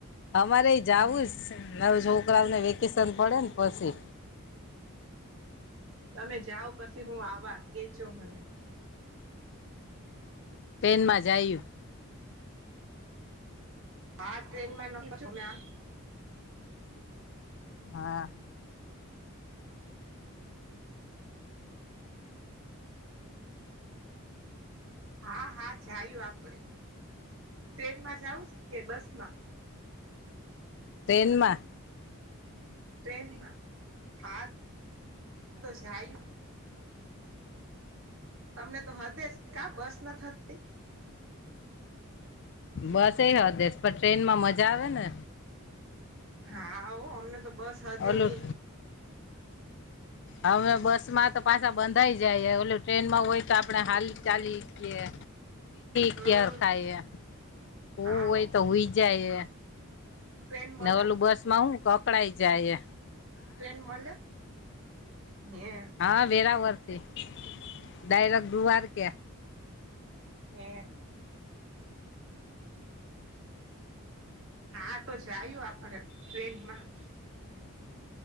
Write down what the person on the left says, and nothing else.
અમારે એ જવું સ નવે છોકરાઓને વેકેશન પડે ને પછી.
ટ્રેનમાં જાયું.
હા.
ટ્રેનમાં.
બસ એ હદેસ, પણ ટ્રેન માં મજા આવે ને.
ઓલું
હવે બસ માં તો પાછા બંધાઈ જાય, ઓલું ટ્રેનમાં હોય તો આપણે હાલી ચાલી હકીએ.
<unintelligible> કેર ખાઈએ, હુવું
હોય
હુંઈ જાઈએ.
ને
ઓલું બસ માં હું કે અકળાય જાઈએ.
હા વેરાવળ થી, ડાયરેક્ટ દ્ધારકે.